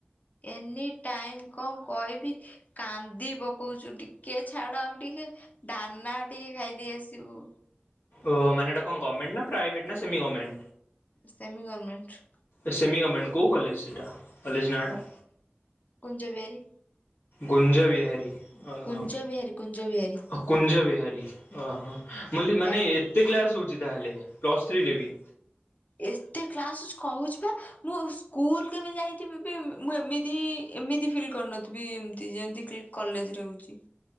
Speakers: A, on the left; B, on the left.
A: ଏନି ଟାଇମ କଣ କହିବି? କାନ୍ଦି ପକଉଚୁ। ଟିକେ ଛାଡ ଆମେ ଟିକେ ଦାନା ଟିକେ ଖାଇଦେଇ ଆସିବୁ।
B: ଓ ମାନେଟା କଣ ଭମେଣ୍ଟ ନା ପ୍ରାଇଭେଟ ନା ସେମି ଗମେଣ୍ଟ?
A: Semi government.
B: ଏ ସେମି ଗର୍ମେଣ୍ଟ କୋଉ କଲେଜ ସେଇଟା କଲେଜ ନାଁଟା?
A: କୁଞ୍ଜ ବିହାରୀ
B: ଗୁଞ୍ଜ ବିହାରୀ? ଓହୋ
A: କୁଞ୍ଜ ବିହାରୀ କୁଞ୍ଜ ବିହାରୀ
B: ଓ କୁଞ୍ଜ ବିହାରୀ ଓହୋ ବୋଲି ମାନେ
A: ଜାଣି
B: କେତେ କ୍ଲାସ୍ ହେଉଛି ତାହେଲେ ପ୍ଲସ୍ ଥ୍ରୀରେ ବି?
A: ଏତେ କ୍ଲାସ ଶ୍ କହୁଛି ପା। ମୁଁ ସ୍କୁଲ କେବେ ଯାଇଥିବି ବି ମୁଁ ଏମିତିହିଁ ଏମିତି ଫିଲ୍ କରିନଥିବି ଏମିତି ଯେମିତି କଲେଜରେ ହେଉଛି।